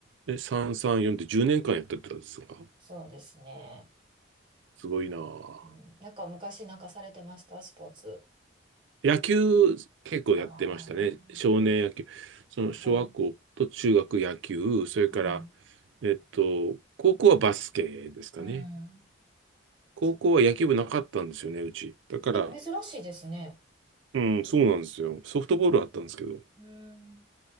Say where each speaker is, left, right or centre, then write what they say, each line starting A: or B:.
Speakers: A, on the right (about 70°); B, on the right (about 25°).
A: え、334って10年間やってたんですか
B: そうですね。
A: すごいなぁ。
B: うん、なんか昔なんかされてました、スポーツ。
A: 野球、結構やってましたね。
B: ああ、
A: 少年野球。その小学校と中学野球、
B: はい。
A: それから、
B: うん、
A: えっと、高校はバスケですかね。
B: うん、
A: 高校は野球部なかったんですよね、
B: そう。
A: うち。だから、
B: え、珍しいですね。
A: うん、そうなんですよ。ソフトボールあったんですけど。
B: うん、